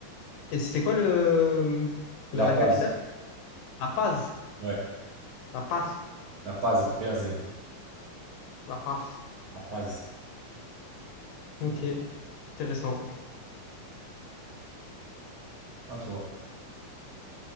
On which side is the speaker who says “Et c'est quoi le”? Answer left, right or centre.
Left